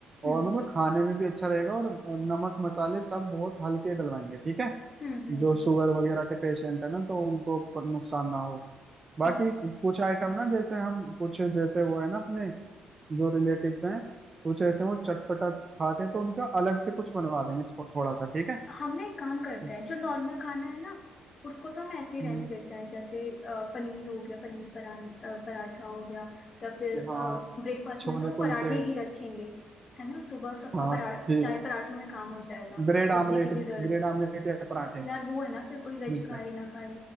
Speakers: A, on the left; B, on the right.
A: हम्म
B: और मतलब खाने में भी अच्छा रहेगा और नमक मसाले सब बहुत हल्के डलवाएंगे ठीक है
A: हम्म हम्म
B: जो शुगर वगैरह के पेशेंट है ना तो उनको प- नुकसान ना हो बाकी
A: भाई
B: कुछ आइटम ना जैसे हम कुछ जैसे वो है ना अपने जो रिलेटिव्स हैं कुछ ऐसे वो चटपटा खाते हैं तो उनका अलग से कुछ बनवा देंगे थो, थोड़ा सा ठीक है
A: हम ना एक काम करते
B: इस-
A: हैं जो नॉर्मल खाना है ना उसको तो हम ऐसे ही रहने
B: हम्म,
A: देते हैं जैसे अ, पनीर हो गया पनीर परान अ, पराठा हो गया या फिर
B: हाँ
A: ब्रेकफास्ट
B: छोले
A: में तो पराठे
B: कुलचे
A: ही रखेंगे है ना सुबह सबका
B: हाँ
A: परा
B: ठीक
A: चाय पराठों में काम हो जाएगा
B: Bread
A: सब्जी
B: omelette
A: की भी जरूरत
B: ब्रेड आमलेट या पराठे
A: यार वो है ना फिर कोई वेज
B: ठीक
A: खाए
B: है
A: ना खाए